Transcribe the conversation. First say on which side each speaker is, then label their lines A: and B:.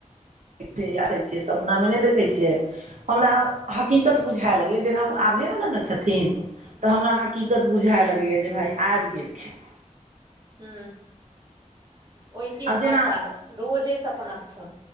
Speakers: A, on the right; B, on the right.
A: <unintelligible> सपना में नै देखै छियै हमरा हकीकत बुझाय लगैय जेना ओ आभै वला न छथिन
B: हम्म
A: तऽ हमरा हकीकत बुझाय लगैए जे भाय आइब गेलखिन
B: हु <inaudible> वैसे
A: आब
B: हमर
A: जेना
B: सास रोजे सपनेथु